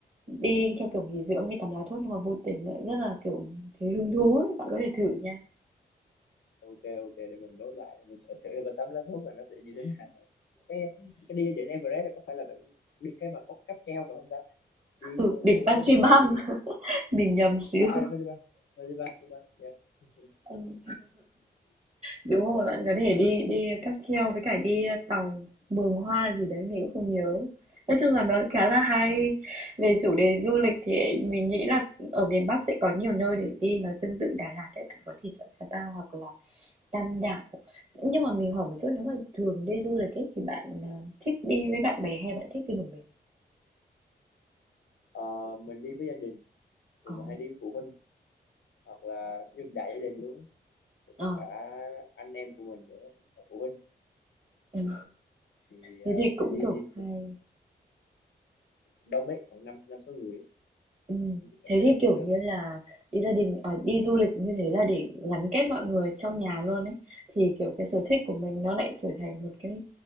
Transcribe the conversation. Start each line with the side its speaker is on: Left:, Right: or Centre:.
Right: đi theo kiểu nghỉ dưỡng, đi tắm lá thuốc nhưng mà vô tình lại rất là, kiểu, thấy hứng thú ấy, bạn có thể thử nha.
Left: ok ok để mình nốt lại mình sẽ thử coi tắm lá thuốc là nó sẽ như thế nào cái cái đi đến Everest là có phải là cái, đi cái mà có cáp treo phải không ta đi
Right: Ừ,
Left: rồi
Right: đỉnh
Left: mua cái
Right: Fansipan,
Left: cáp treo đi đến
Right: <laughs> mình nhầm xíu.
Left: à, à đi Fansipan Fansipan Fansipan yeah. <laughs>
Right: Ừm, đúng rồi, bạn có thể đi đi cáp treo với cả đi ờ, tàu Mường Hoa gì đấy, mình cũng không nhớ. Nói chung là nó khá là hay. Về chủ đề du lịch thì mình nghĩ là ở miền Bắc sẽ có nhiều nơi để đi, nó tương tự Đà Lạt đấy, bạn có thể chọn Sapa hoặc là Tam đảo. Nhưng mà mình hỏi một chút, nếu mà thường đi du lịch ấy, thì bạn, ờ, thích đi với bạn bè hay bạn thích đi một mình?
Left: Ờ, mình đi với gia đình
Right: Ồ,
Left: thì mình hay đi với phụ huynh hoặc là như đại gia đình luôn thì
Right: ờ,
Left: có cả anh em của mình nữa và phụ huynh
Right: ừm,
Left: thì ờ,
Right: thế thì cũng,
Left: thì đi
Right: kiểu,
Left: đi
Right: hay.
Left: đông ấy khoảng năm năm sáu người ấy.
Right: Ừm,
Left: Thì cảm
Right: thế
Left: giác
Right: thì,
Left: nó vui
Right: kiểu
Left: hơn
Right: như là, đi gia đình à, đi du lịch như thế là để gắn kết mọi người trong nhà luôn ấy, thì, kiểu, cái sở thích
Left: ừ.
Right: của
Left: ừ.
Right: mình nó lại trở thành một cái,